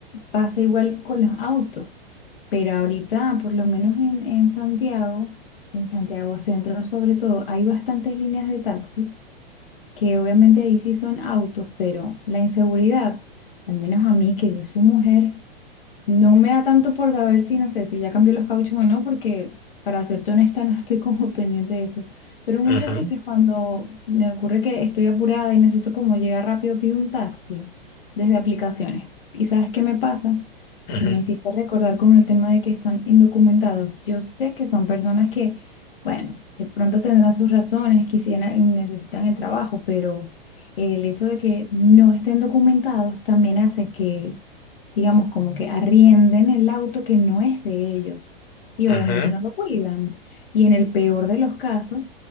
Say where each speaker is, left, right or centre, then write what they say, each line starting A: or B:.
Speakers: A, on the left (about 70°); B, on the left (about 45°).
A: pasa igual con los autos. Pero ahorita, por lo menos en, en Santiago, en Santiago Centro sobre todo, hay bastantes líneas de taxi, que obviamente ahí sí son autos, pero la inseguridad, al menos a mí, que yo soy mujer, no me da tanto por saber si, no sé, si ya cambió los cauchos o no, porque para serte honesta <laughs> no estoy como <laughs> pendiente de eso. Pero muchas
B: Ujú,
A: veces cuando me ocurre que estoy apurada y necesito como llegar rápido, pido un taxi desde aplicaciones. ¿Y sabes qué me pasa?
B: ujú,
A: Que me hiciste recordar con el tema de que están indocumentados. Yo sé que son personas que, bueno, de pronto tendrán sus razones, quisieran, necesitan el trabajo, pero el hecho de que no estén documentados también hace que digamos, como que arrienden el auto que no es de ellos y
B: ujú.
A: obviamente no lo cuidan. Y en el peor de los casos,